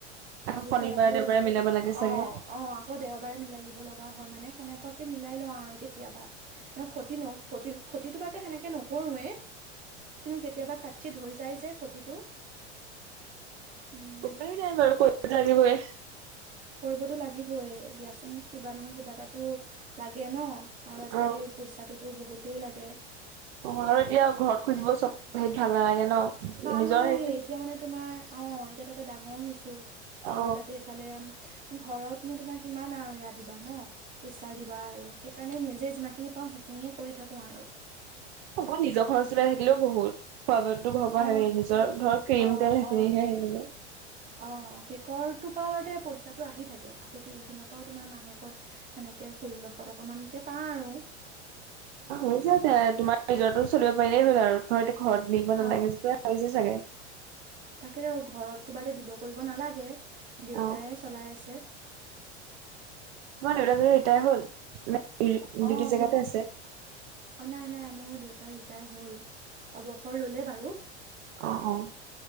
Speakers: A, on the right; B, on the right.
A: আকৌ
B: তাৰপিছত
A: শনিবাৰে
B: আকৌ
A: দেওবাৰে
B: অ',
A: মিলাব লাগে চাগে,
B: অ', আকৌ দেওবাৰে মিলাই দিব লগা হয় মানে সেনেকুৱাকে মিলাই লওঁ আৰু কেতিয়াবা ন ক্ষতি ন ক্ষতি ক্ষতিটো বাৰো সেনেকে নকৰোৱেই কিন্তু কেতিয়াবা খাটছিট হৈ যায় যে খতিটো উম
A: উপায় নাই বাৰু কৰিব লাগিবই।
B: কৰিবতো লাগিবই দিয়াচোন কিবা নহয় কিবা এটা টো। লাগে ন আৰু আজিকালি
A: অ
B: পইচাটোতো বহুতেই লাগে।
A: পোহৰ দিয়ক ঘৰত খুজিব চব হেৰিত ভাল নালাগে ন
B: ভাল
A: নিজৰ
B: নালাগে
A: সেইটো।
B: এতিয়া মানে তোমাৰ অ এতিয়া তাতে ডাঙৰ হৈছো
A: অ
B: আৰু তাতে ইফালে। ঘৰতনো তোমাক কিমান আৰু ইয়াত দিবা ন প্ৰেছাৰ দিবা আৰু। কাৰণে নিজে যিমানখিনি পাওঁ সেইখিনিয়ে কৰি থাকো আৰু।
A: ঘৰত নিজৰখনৰ নিজৰ থাকিলেও বহুত। খোৱা -বোয়াটো ঘৰৰ পৰা
B: অ
A: হেৰি নিজৰ ধৰ ক্ৰীম
B: অ
A: তেল সেইখিনিহে
B: অ
A: এনে।
B: অ', কেকৰ তৰ পৰা পইচাটো আহি থাকে আকৌ টিউশচনৰ পৰাও তোমাৰ মাহেকত। সেনেকে ষোল্লশ টকা মানকে পাওঁ আৰু।
A: হৈছে জে তোমাৰ নিজৰ টো চলিব পাৰিলেই হ'ল আৰু ধ ঘৰত নিব নালাগে
B: অ
A: যেতিয়া হৈছে চাগে।
B: তাকেটো ঘৰততো বাৰদে দিব কৰিব নালাগে
A: অ
B: দেউতাই চলাই আছে।
A: মই দেউতাক ৰিটায়াৰ হ'ল
B: অ
A: দিউটি জেগাতে
B: মোৰ
A: আছে।
B: অ', নাই নাই মোৰ দেউতা ৰিটায় হ'ল অৱসৰ ললে বাৰু।
A: অ', অ',